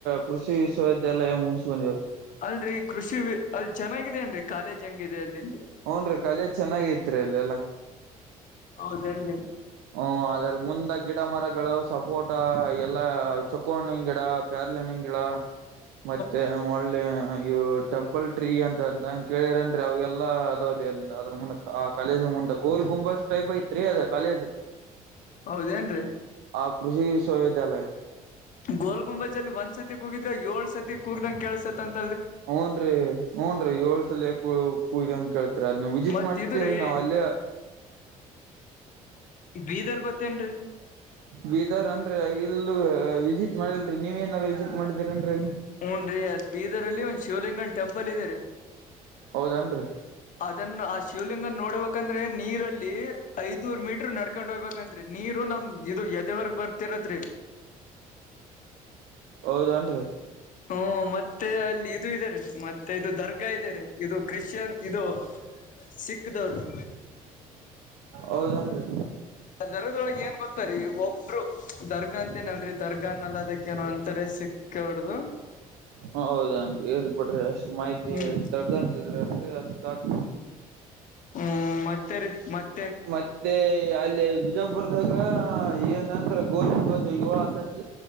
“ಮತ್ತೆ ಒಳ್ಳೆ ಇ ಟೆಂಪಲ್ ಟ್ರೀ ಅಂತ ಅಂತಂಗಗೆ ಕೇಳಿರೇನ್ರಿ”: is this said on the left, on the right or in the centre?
Right